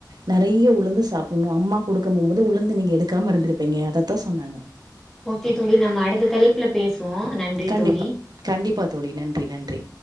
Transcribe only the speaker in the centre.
ஓகே தோழி நம்ம அடுத்த தலைப்பில பேசுவோ நன்றி
தோழி